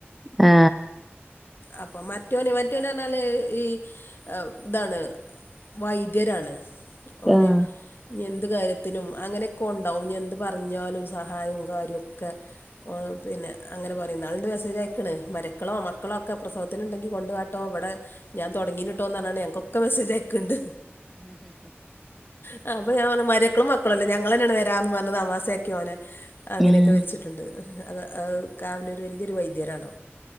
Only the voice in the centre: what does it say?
ആ
ആഹ്
ഉം